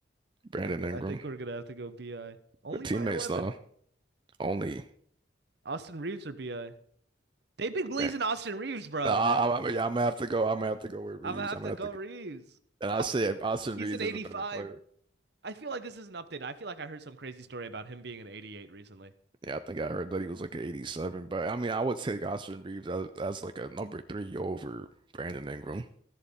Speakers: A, on the right; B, on the right.
A: Brandon
B: I think
A: Ingram.
B: I think we're gonna have to go BI. Only
A: The teammates
B: by 11.
A: though, only.
B: Austin Reeves or BI? They've been blazing
A: Bran-
B: Austin Reeves, bro.
A: Nah, I, I, yeah, I'm gonna have to go. I'm gonna have to go with Reeves.
B: I'm gonna have
A: I'm
B: to
A: gonna have
B: go
A: to. Go.
B: Reeves.
A: And
B: No,
A: I say Austin
B: he's
A: Reeves
B: an 85.
A: is a better player.
B: I feel like this is an update. I feel like I heard some crazy story about him being an 88 recently.
A: Yeah, I think I heard that he was like an 87, but I mean,
B: Yeah.
A: I would take Austin Reeves as, as like a number three over Brandon Ingram,